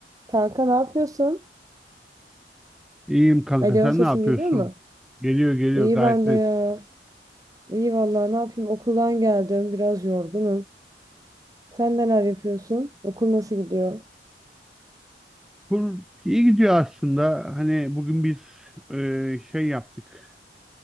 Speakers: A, on the right; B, in the centre.
A: Kanka ne yapıyorsun?
B: İyiyim kanka
A: Alo
B: sen
A: sesim
B: ne yapıyorsun?
A: geliyor mu?
B: Geliyor geliyor
A: İyi
B: gayet
A: ben
B: net.
A: de ya. İyi vallahi ne yapayım okuldan geldim biraz yorgunum. Sen neler yapıyorsun? Okul nasıl gidiyor?
B: Kur iyi gidiyor aslında. Hani bugün biz e, şey yaptık.